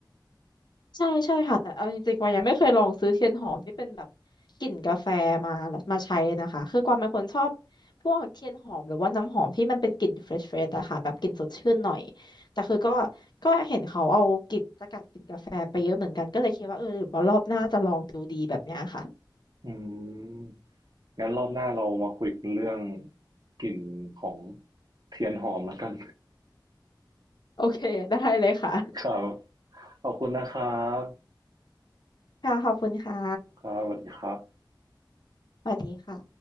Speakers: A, on the left; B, on the right.
A: ใช่ใช่ค่ะแต่เอาจริงๆกวางยังไม่เคยลองซื้อเทียนหอมที่เป็นแบบกลิ่นกาแฟมามาใช้นะคะคือกวางเป็นคนชอบพวกเทียนหอมหรือว่าน้ำหอมที่มันเป็นกลิ่นเฟรชเฟรชอะค่ะแบบกลิ่นสดชื่นหน่อยแต่คือก็ก็เห็นเขาเอากลิ่นสกัดกลิ่นกาแฟไปเยอะเหมือนกันก็เลยคิดว่าเออหรือว่ารอบหน้าจะลองดูดีแบบเนี้ยค่ะ
B: อืมงั้นรอบหน้าเรามาคุยกันเรื่องกลิ่นของเทียนหอมแล้วกัน
A: โอเคได้เลยค่ะ
B: ครับขอบคุณนะครับ
A: ค่ะขอบคุณค่ะ
B: ครับสวัสดีครับ
A: สวัสดีค่ะ